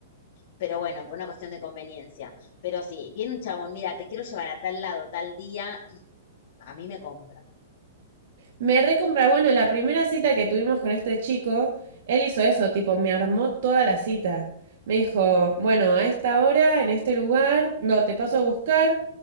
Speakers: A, on the left; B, on the right.
A: Pero bueno, por una cuestión de conveniencia. Pero sí, viene un chabón, mira, te quiero llevar a tal lado, tal día, y a mí me compra.
B: Me recompra, bueno, la primera cita que tuvimos con este chico, él hizo eso, tipo, me armó toda la cita. Me dijo, bueno, a esta hora, en este lugar, no, te paso a buscar,